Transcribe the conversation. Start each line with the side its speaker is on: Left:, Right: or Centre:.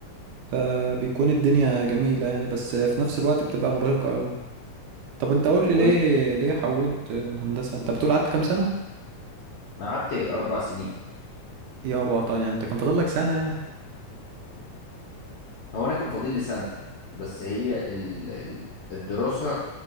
Right: فبيكون الدنيا جميلة يعني بس في نفس الوقت بتبقى مرهقة قوي طب انت قول
Left: طب
Right: لي ليه
Left: وانت
Right: ليه حولت من هندسة انت بتقول قعدت كام سنة
Left: قعدت أربع سنين
Right: يابا طبعا يعني انت كان فاضل لك سنة يعني
Left: هو أنا كان فاضل لي سنة بس هي ال... ال- الدراسة